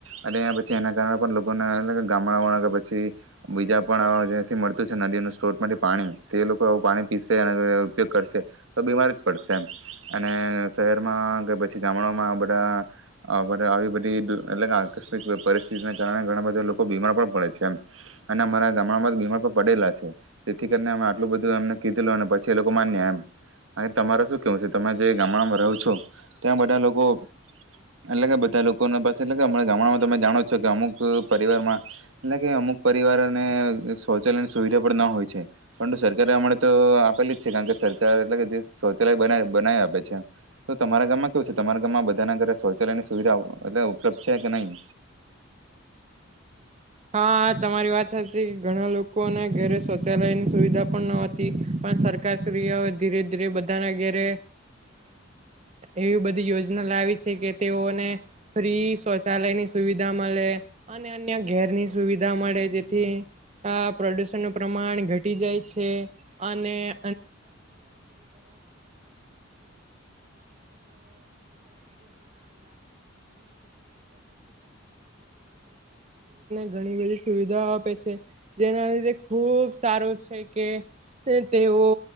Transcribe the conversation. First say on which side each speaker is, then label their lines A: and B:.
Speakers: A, on the right (about 75°); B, on the right (about 35°).
A: અને પછી એના કારણે પણ લોકોને એ ગામડા કે પછી બીજા પણ જેથી મ નદીઓના સ્ત્રોતમાંથી પાણી તે લોકો આવું પાણી પીશે અને ઉપયોગ કરશે તો બીમાર જ પડશે એમ અને શહેરમાં કે પછી ગામડામાં આ બધા અ આવી બધી એટલે કે આકસ્મિક પરિસ્થિતિને કારણે ઘણા બધા લોકો બીમાર પણ પડે છે એમ અને અમારા ગામડામાં બીમાર પણ પડેલા છે જેથી કરીનેમે આટલું બધું એમને કીધેલું અને પછી એ લોકો માન્યા એમ તમારે શું કેવું છે તમે જે ગામડામાં રહો છો ત્યાં બધા લોકો એટલે કે બધા લોકોને પાસે એટલે ગામડામાં તમે જાણો છો કે અમુક પરિવારમાં એટલે કે અમુક પરિવારને શૌચાલયની સુવિધા પણ ના હોય છે પરંતુ સરકારે અમણે તો આપેલી જ છે કારણ કે સરકાર એટલે કે જે શૌચાલય બનાઈ બનાવી આપે છે તો તમારા ગામમાં કેવું છે તમારા ગામમાં બધાના ઘરે શૌચાલયની સુવિધા એટલે ઉપલબ્ધ છે કે નહીં?
B: હા, તમારી વાત ઘણા લોકોને ઘરે શૌચાલયની સુવિધા પણ ન હતી પણ સરકારશ્રીઓ ધીરે-ધીરે બધાના ઘેરે એવી બધી યોજના લાવી છે કે તેઓને ફ્રી શૌચાલયની સુવિધા મલે અને અન્ય ઘેરની સુવિધા મળે જેથી અ પ્રદૂષણનું પ્રમાણ ઘટી જાય છે અને ઘણી બધી સુવિધાઓ આપે છે જેના લીધે ખૂબ સારું છે કે તેઓ